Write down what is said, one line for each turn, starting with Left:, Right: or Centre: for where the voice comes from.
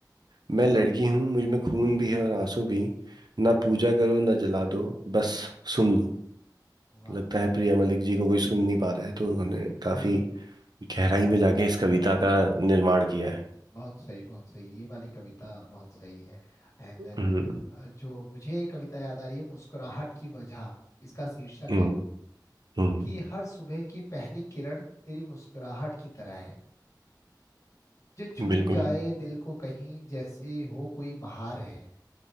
Right: मैं लड़की हूँ मुझ में खून भी है और आंसू भी ना पूजा करो ना जला दो बस सुन लो
Left: वाह
Right: लगता है प्रिया मलिक जी को कोई सुन नहीं पा रहा है तो उन्होंने
Left: <laughs> वही
Right: काफी
Left: बात
Right: गहराई
Left: वाह।
Right: में जाके इस कविता का निर्माण किया है
Left: बहुत सही बहुत सही ये वाली कविता बहुत सही है एंड देन
Right: हम्म
Left: जो मुझे एक कविता याद आ रही है मुस्कुराहट की वजह इसका शीर्षक
Right: हम्म
Left: है
Right: हम्म,
Left: कि हर सुबह की पहली किरण तेरी मुस्कुराहट की तरह है जो छू
Right: बिल्कुल
Left: जाए दिल को कहीं जैसे हो कोई बहार है